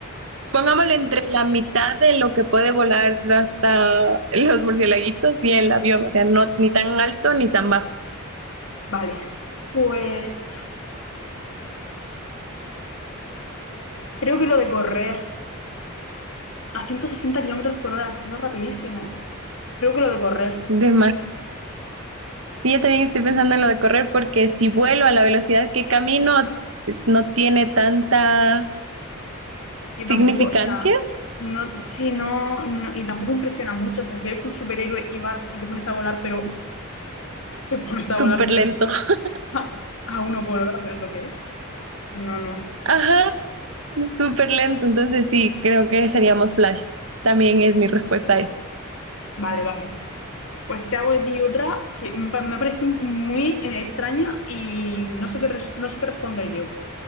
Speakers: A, on the right; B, on the left.
A: pongámoslo entre la mitad de lo que puede volar hasta los murciélaguitos y el avión, o sea, no ni tan alto ni tan bajo.
B: Vale. Pues creo que lo de correr a 160 kilómetros por hora, es que eso es rapidísimo. Creo que lo de correr.
A: De más. Sí, yo también estoy pensando en lo de correr porque si vuelo a la velocidad que camino no tiene tanta
B: Sí,
A: significancia,
B: tampoco, o sea, no, sí, no, no- y tampoco impresiona mucho. O sea, si eres un superhéroe y vas y te pones a volar, pero <laughs> te pones
A: súper
B: a volar de
A: lento.
B: repente
A: <laughs>
B: a, a uno por hora, ¿pero esto qué es? No, no.
A: Ajá, súper lento, entonces sí, creo que seríamos Flash. También es mi respuesta a eso.
B: Vale, vale. Pues te hago de ti otra que me pa- me ha parecido muy eh, extraña y no sé qué, res- no sé qué responder yo.